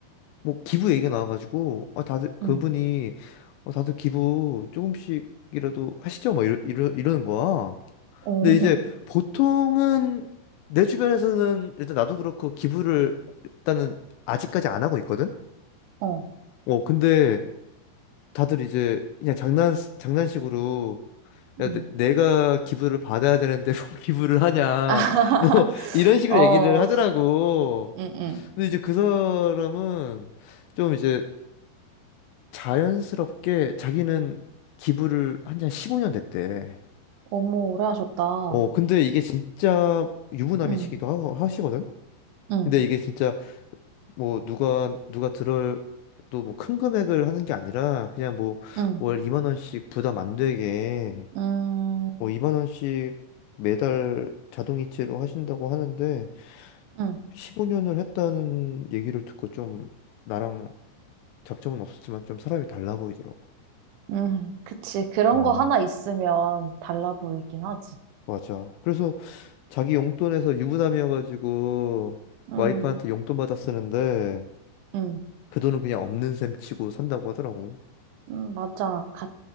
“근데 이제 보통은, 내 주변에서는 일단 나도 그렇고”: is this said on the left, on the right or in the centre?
Left